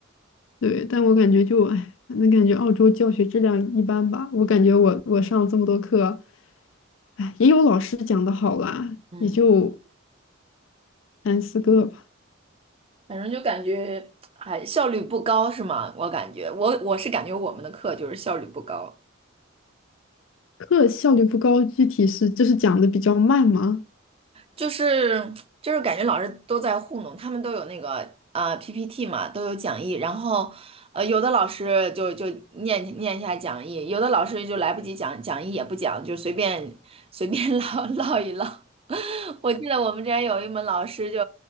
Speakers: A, on the left; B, on the right.
A: 对，但我感觉就哎，反正感觉澳洲教学质量一般吧。我感觉我我上了这么多课，哎，也有老师讲的好啦，
B: 嗯，
A: 也就三四个吧。
B: 反正就感觉哎效率不高是吗？我感觉我我是感觉我们的课就是效率不高。
A: 课效率不高，具体是就是讲的比较慢吗？
B: 就是就是感觉老师都在糊弄，他们都有那个呃 PPT 嘛，都有讲义，然后呃有的老师就就念念一下讲义，有的老师就来不及讲讲义也不讲，就随便随便 <laughs> 唠唠一唠。我记得我们之前有一门老师就，